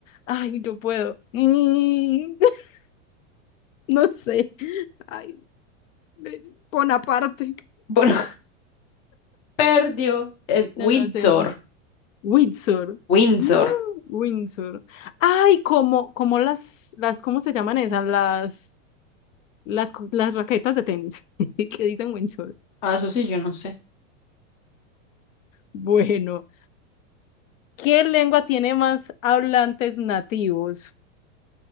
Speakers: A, on the left (about 80°); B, on the left (about 20°).
A: Ay, yo puedo. Mm, <laughs> no sé. Ay, de- Bonaparte.
B: Bueno, perdió. Es Windsor.
A: No, no sé, no sé. Windsor.
B: Windsor.
A: No, Windsor. Ay, como, como las, las, ¿cómo se llaman esas? Las, las, co- las raquetas de tenis <laughs> que dicen Windsor.
B: Ah, eso sí, yo no sé.
A: Bueno. ¿Qué lengua tiene más hablantes nativos?